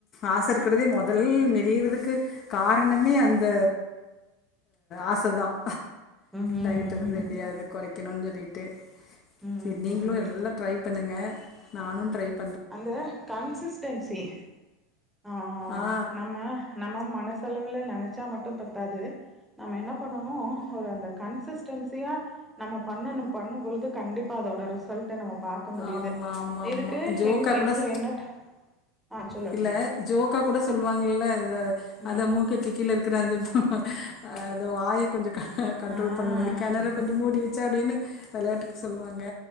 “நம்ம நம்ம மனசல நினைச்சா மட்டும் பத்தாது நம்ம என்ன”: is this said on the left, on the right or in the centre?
Centre